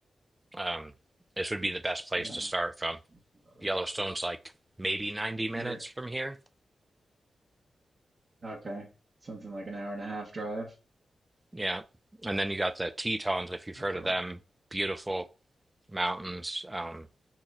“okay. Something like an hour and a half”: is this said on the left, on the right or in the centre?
Right